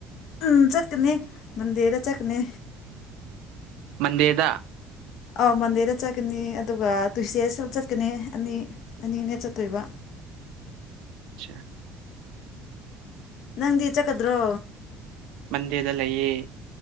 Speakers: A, on the left (about 60°); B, on the right (about 80°).
A: ꯎꯝ ꯆꯀꯅꯔ ꯃꯟꯗꯦꯗ ꯆꯠꯀꯅꯤ
B: ꯃꯟꯗꯦꯗꯥ
A: ꯑꯧ ꯃꯟꯗꯦꯗ ꯆꯠꯀꯅꯤ ꯑꯗꯨꯒ ꯇꯨꯏꯁꯗꯦꯗꯁꯨ ꯆꯠꯀꯅꯤ ꯑꯅꯤ ꯑꯅꯤ ꯑꯅꯦ ꯆꯠꯇꯣꯏꯕ
B: ꯑꯆꯥ
A: ꯅꯪꯗꯤ ꯆꯠꯀꯗ꯭ꯔꯣ
B: ꯃꯟꯗꯦꯗ ꯂꯌꯦꯦ